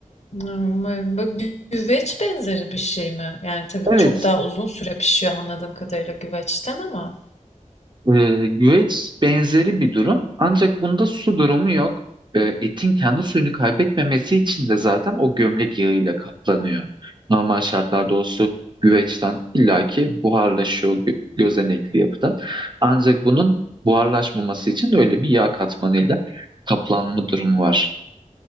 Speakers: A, on the left; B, on the right.
A: Umarım. Bu gü- güveç benzeri bir şey mi? Yani tabii
B: Evet.
A: çok daha uzun süre pişiyor anladığım kadarıyla güveçten ama.
B: Ee, güveç benzeri bir durum. Ancak bunda su durumu yok. Ee, etin kendi suyunu kaybetmemesi için de zaten o gömlek yağıyla kaplanıyor. Normal şartlarda o su güveçten illaki buharlaşıyor gö- gözenekli yapıdan. Ancak bunun buharlaşmaması için öyle bir yağ katmanıyla kaplanma durumu var.